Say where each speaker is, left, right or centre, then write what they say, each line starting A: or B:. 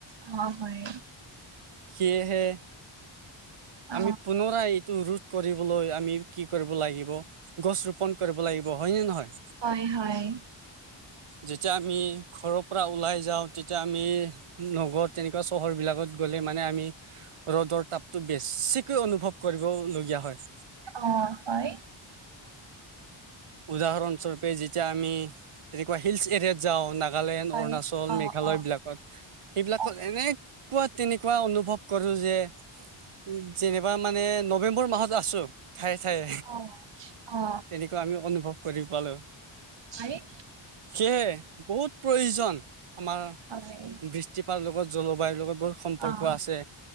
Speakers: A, on the right; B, on the right.
A: অ' হয়
B: সেয়েহে
A: অ'
B: আমি পুনৰা‌ এই টো ৰোধ কৰিবলৈ আমি কি কৰিব লাগিব গছ ৰোপন কৰিব লাগিব হয়নে নহয়
A: হয় হয়
B: যেতিয়া আমি ঘৰ পৰা ওলাই যাওঁ তেতিয়া আমি নগৰ তেনেকুৱা চহৰবিলাকত গ'লে মানে আমি ৰ'দ ৰদ তাপতটো বেছিকৈ অনুভৱ কৰিবলগীয়া হয়।
A: অহ হয়।
B: উদাহৰণ স্বৰূপে যেতিয়া আমি তেনেকুৱা শিলছ এৰিয়াত যাওঁ ন নাগালেণ্ড
A: হয়
B: অৰুণাচল
A: অ'
B: মেঘালয়
A: অ'
B: বিলাকত সেইবিলাকত
A: অ' অ'
B: এনে তেনেকুৱা তেনেকুৱা অনুভৱ কৰো যে উম যেনিবা মানে নৱেম্বৰ মাহত আছো। ঠায়ে ঠায়ে
A: অ'
B: তেনেকুৱা আমি অনুভৱ কৰি পালো।
A: আৰে
B: সেয়েহে বহুত প্ৰয়োজন আমাৰ
A: হয়
B: বৃষ্টিপাত লগত জলবায়ুৰ লগত বহুত সম্পৰ্ক
A: অ'
B: আছে।